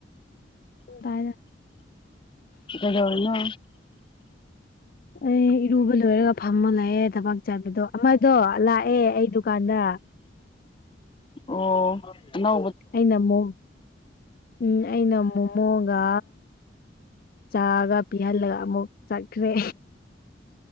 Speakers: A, on the left; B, on the left.
A: ꯎ ꯇꯑ
B: ꯗꯧꯅ
A: ꯑꯩ ꯏꯔꯨꯕ ꯂꯣꯏꯔꯒ ꯐꯝꯃ ꯂꯥꯛꯑꯦ ꯊꯕꯥꯛ ꯆꯠꯕꯗꯣ ꯑꯃꯗꯣ ꯂꯥꯛꯑꯦ ꯑꯩ ꯗꯨꯀꯥꯟꯗ
B: ꯑꯣ ꯅ
A: ꯑꯩꯅꯃꯣ ꯎꯝ ꯑꯩꯅꯃꯣ ꯃꯣꯒ ꯆꯥꯒ ꯄꯤꯍꯜꯂꯒ ꯑꯃꯨꯛ ꯆꯠꯈ꯭ꯔꯦ